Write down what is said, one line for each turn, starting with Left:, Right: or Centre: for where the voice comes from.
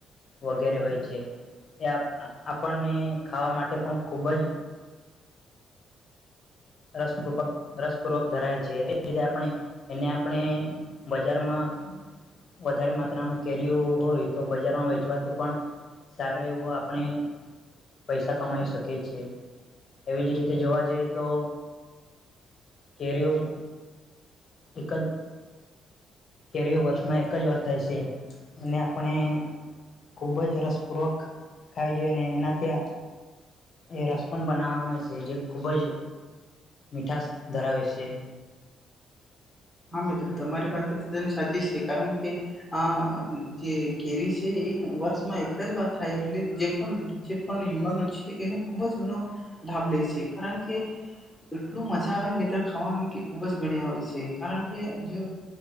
Left: વ ગેરે હોય છે એ આપણને ખાવા માટે પણ ખૂબ જ રસ પૂર્વક રસપૂર્વક ધરાવે છે એ રીતે આપણે એને આપણે બજારમાં વધારે માત્રામાં કેરીઓ હોય તો બજારમાં વેચવાથી પણ સારો એવો આપણે પૈસા કમાઈ શકીએ છેએ એવી જ રીતે જોવા જઈએ તો કેરીઓ મ એક જ કેરી વર્ષમાં એક જ વાર થાય છે અને આપણે ખુબ જ રસપૂર્વક ખાવી જોઈએ ને એના ત્યાં એ રસ પણ બનાવે છે જે ખૂબ જ મીઠાશ ધરાવે છે.
Centre: હા મિત્રો તમારી વાત તદ્દન સાચી છે કારણ કે આ જે કેરી છે એ વર્ષમાં એક જ વાર થાય એટલે જે પણ જે પણ યુવાનો છે એનો ખૂબ જ ઘણો લાભ લે છે કારણ કે એટલું મજા આવે મિત્ર ખાવાનું કે ખૂબ જ ઘણી આવે છે. કારણ કે જો